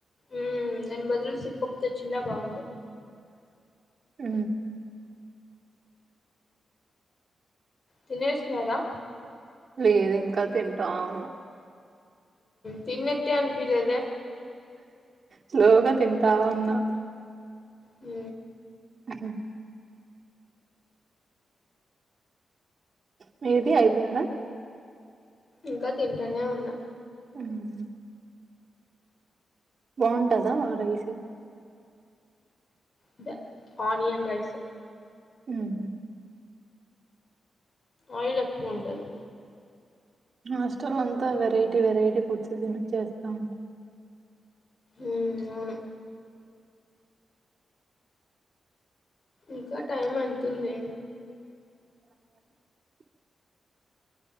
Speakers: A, on the left; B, on the right.
A: ఉ దని బదులు సిప్పపుతో చిన్న బాగుంది
B: ఉ
A: తినేసినారా
B: లేదు ఇంకా తింటాం అవును
A: తిన్నట్టే అనీపిలేద
B: స్లోగా తింటా ఉన్నా
A: హ
B: ఉహ మీది అయిపోయిందా
A: ఇంకా తింటనే ఉన్నా
B: ఉమ్ బాగుంటదా రైస్
A: ఇద ఆనియన్ రైస్
B: ఉహు
A: ఆయిల్ ఎక్కువ ఉంటది
B: హస్టల్ అంతా వెరైటీ వెరైటీ ఫుడ్స్ తినిచేస్తారు
A: ఉ అవును ఇంకా టైం ఎతుంది
B: <inaudible>